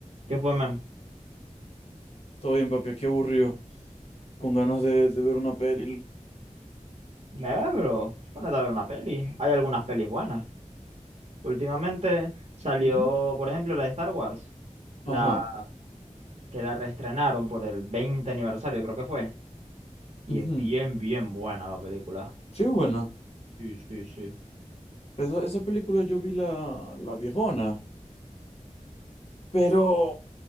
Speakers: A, on the right; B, on the left.
A: ¿Qué fue, men?
B: Todo bien, papi, qué aburrido. Con ganas de, de ver una peli.
A: Eh, pero ponete a ver una peli. Hay algunas pelis buenas. Últimamente salió,
B: Ujú,
A: por ejemplo, la de Star Wars, la
B: Ajá.
A: que la reestrenaron por el 20 aniversario, creo que fue. Y
B: ujú.
A: es bien, bien buena la película.
B: Sí, buena.
A: Sí, sí, sí.
B: Esa, esa película yo vi la, la viejona, pero